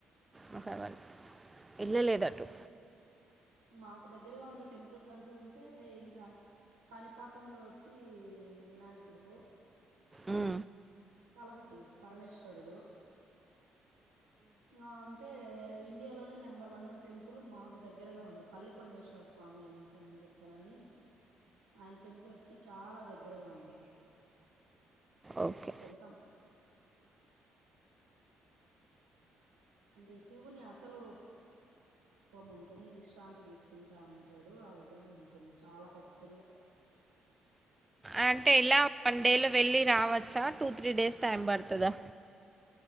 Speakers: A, on the right (about 15°); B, on the right (about 75°).
A: మాకు ఆ వెళ్ళా లేదు అటు
B: మాకు దగ్గరగా ఉండే టెంపుల్స్ అంటూ ఉంటే ఇంకా కానీ పాకంలో వచ్చి వినాయకుడు
A: ఉం
B: కాళ హస్తి పరమేశ్వరుడు ఇంకా అంటే ఇండియాలోనే నెంబర్ వన్ టెంపుల్ మాకు దగ్గరగా ఉంది పల్లికొండేశ్వర స్వామి అనేసాను నేని చెప్పానని ఆయన టెంపుల్ వచ్చి చాలా దగ్గరగా ఉంది
A: ఓకే
B: దం అంటే శివుని అసలు రూపం కోపం ఉంటుని విశ్రాంతి తీసుకుంటాంటాడు ఆ విగ్రహం ఉంటుంది చాలా పెద్దదిగా
A: అంటే ఎలా వన్ డేలో వెళ్లి రావచ్చా టూ త్రీ డేస్ టైం పడుతదా